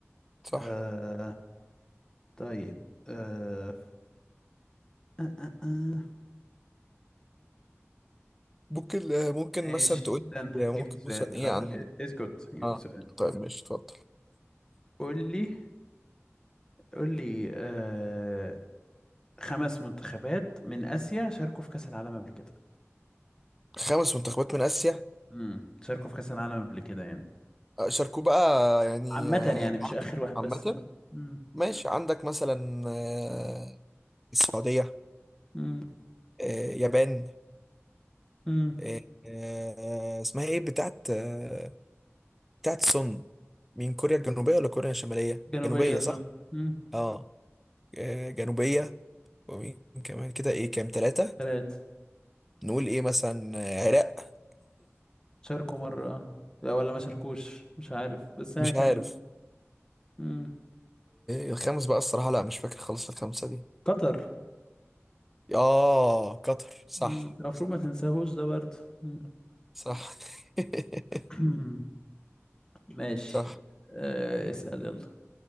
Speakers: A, in the centre; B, on the left.
A: صح
B: آه طيب آه آه آه آه.
A: ممكن آه، ممكن
B: ماشي
A: مثلا
B: استنى
A: تقول لي آه، ممكن
B: جبت سؤال
A: مثلا ايه
B: خلاص
A: عن
B: اسكت جبت
A: اه
B: سؤال
A: طيب ماشي اتفضل
B: قول لي قول لي آه خمس منتخبات من آسيا شاركوا في كأس العالم قبل كده
A: خمس منتخبات من اسيا
B: امم شاركوا في كأس العالم قبل كده يعني
A: آه، شاركوه بقى يعني
B: عامة
A: آه،
B: يعني مش آخر واحد
A: عامة
B: بس ها. مم.
A: ماشي عندك مثلا آه، السعودية
B: مم.
A: آه، يابان
B: مم.
A: آه، آه، اسمها ايه بتاعت آه، بتاعت سون مين كوريا الجنوبية ولا كوريا الشمالية
B: جنوبية
A: جنوبية
B: صح
A: صح
B: مم.
A: اه آه، جنوبية ومين كمان كده ايه كام ثلاثة
B: تلاتة
A: نقول ايه مثلا آه، عراق
B: شاركوا مرة آه. لا، ولا ما شاركوش مش عارف بس هي
A: مش
B: كان
A: عارف
B: مم.
A: الخامس بقى الصراحة لا مش فاكر خالص الخمسة دي
B: قطر
A: اه قطر صح
B: مم. انت المفروض
A: صح
B: ما تنساهوش ده برضه مم.
A: صح <laughs>
B: <clears throat> ماشي
A: صح
B: آه اسأل يلا